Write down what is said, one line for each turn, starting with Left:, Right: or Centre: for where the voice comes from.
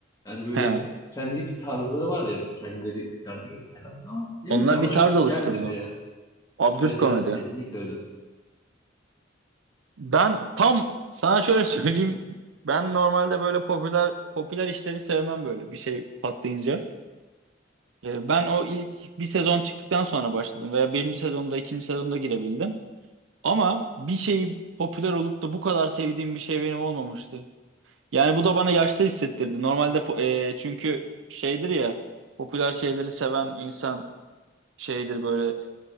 Left: Yani böyle
Right: He.
Left: kendi bir tarzları var ya kendileri güzel böyle falan ama ne
Right: Onlar
Left: bileyim bana
Right: bir
Left: çok
Right: tarz oluşturdu.
Left: gelmedi ya.
Right: Absürt
Left: Evet
Right: komedi.
Left: evet kesinlikle öyle.
Right: Ben tam sana şöyle <laughs> söyleyeyim. Ben normalde böyle popüler popüler işleri sevmem böyle bir şey patlayınca. Ee, Ben o ilk bir sezon çıktıktan sonra başladım veya birinci sezonda ikinci sezonda girebildim. Ama bir şeyi popüler olup da bu kadar sevdiğim bir şey benim olmamıştı. Yani bu da bana yaşlı hissettirdi. Normalde po- e, çünkü şeydir ya popüler şeyleri seven insan şeydir böyle